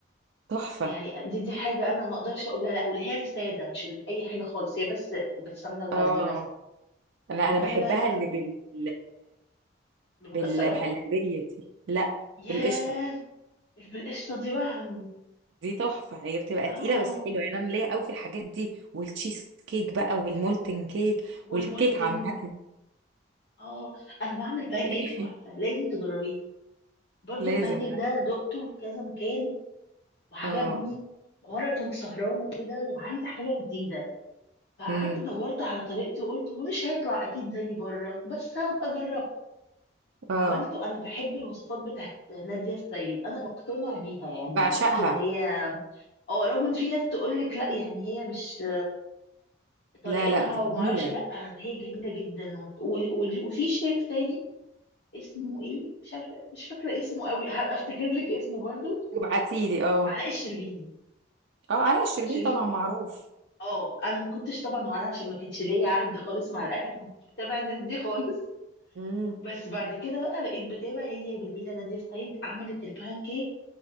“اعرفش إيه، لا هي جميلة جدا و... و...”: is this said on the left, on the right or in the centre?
Left